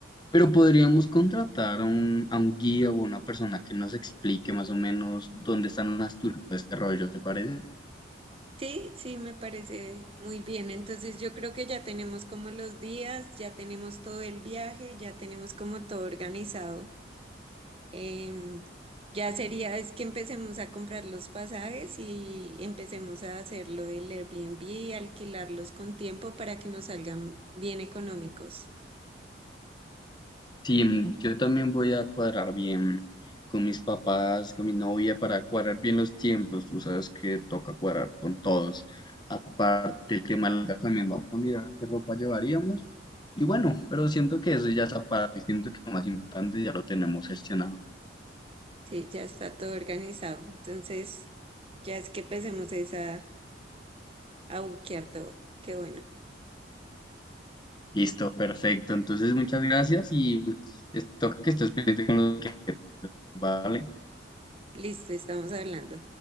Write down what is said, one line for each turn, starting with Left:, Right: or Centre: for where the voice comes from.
Left: Pero podríamos contratar a un, a un guía o una persona que nos explique más o menos dónde están las turbas de desarrollo, ¿te parece?
Right: Sí, sí, me parece muy bien. Entonces yo creo que ya tenemos como los días, ya tenemos todo el viaje, ya tenemos como todo organizado. Em, ya sería es que empecemos a comprar los pasajes y empecemos a hacer lo del Airbnb y alquilarlos con tiempo para que nos salgan bien económicos.
Left: Sí, mm, yo también voy a cuadrar bien con mis papás, con mi novia, para cuadrar bien los tiempos. Tú sabes que toca cuadrar con todos. Aparte, el tema de la casa, también vamos a mirar qué ropa llevaríamos. Y bueno, pero siento que eso ya es aparte, siento que lo más importante ya lo tenemos gestionado.
Right: Sí, ya está todo organizado. Entonces ya es que empecemos es a, a buquear todo. Qué bueno.
Left: Listo, perfecto. Entonces, muchas gracias y es- toca que estés pendiente con lo que... Vale.
Right: Listo, estamos hablando.